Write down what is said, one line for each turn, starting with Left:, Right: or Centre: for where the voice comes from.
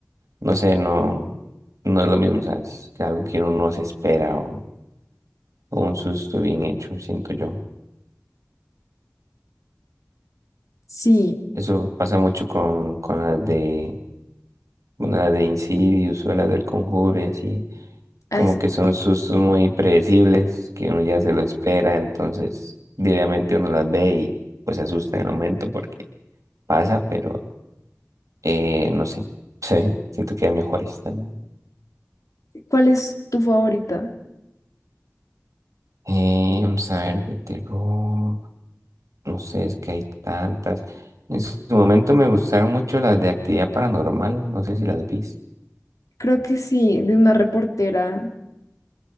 Right: no sé, no, no es lo mismo, ¿sabes? Que algo que uno no se espera o, o un susto bien hecho, siento yo.
Left: Sí,
Right: Eso pasa mucho con, con las de, bueno, las de Insidious o las del Conjuro y así,
Left: a
Right: como
Left: esas.
Right: que son sustos muy predecibles, que uno ya se lo espera, entonces diariamente uno las ve y pues se asusta en el momento porque pasa, pero eh, no sé, <laughs> sí, siento que hay mejores también.
Left: ¿Cuál es tu favorita?
Right: Eh, vamos a ver, de terror, no sé, es que hay tantas. En su su momento me gustaron mucho las de actividad paranormal, no sé si las viste.
Left: Creo que sí, de una reportera